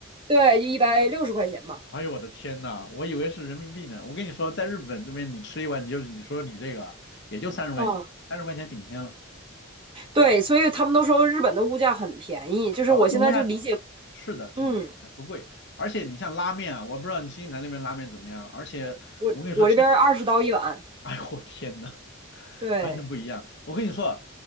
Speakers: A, on the right; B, on the left.
A: 对，一百六十块钱嘛。
B: 哎呦我的天呐，我以为是人民币呢。我跟你说，在日本这边你吃一碗，你就你说你这个啊也就三十块钱，
A: 嗯，
B: 三十块钱顶天了
A: 对，所以他们都说日本的物价很便宜，就是我现在就理解，
B: 啊！为什么物价是的，挺不贵，
A: 嗯，
B: 而且你像拉面啊，我不知道你新西兰那边拉面怎么样，而且我跟你说，
A: 我我这边二十刀一碗，
B: 其实。<laughs> 哎呦我天呐，
A: 对，
B: 完全不一样。我跟你说，